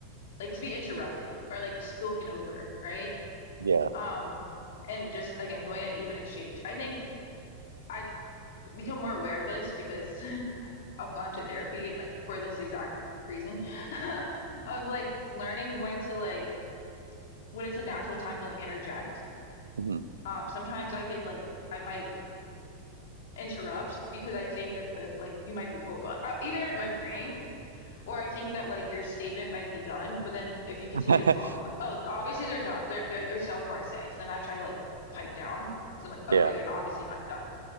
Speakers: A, on the left (about 55°); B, on the right (about 75°).
A: like to be interrupted or like spoken over right
B: Yeah.
A: um and just again going at even exchange i think I've. become more aware of this because <laughs> I've gone to therapy and like for this exact reason <laughs> of like learning when to like when it's a natural time to like interject.
B: Mhm.
A: Um, sometimes I could like I might interrupt because I think that the like you might be o- uh, uh, either I'm agreeing or I think that like your statement might be done, but then if you continue
B: <laughs>
A: to talk, I'm like, oh, obviously they're done. They're they're, they're still have more to say. So then I try to like pipe down because I'm like,
B: Yeah.
A: okay, they're not, obviously not done.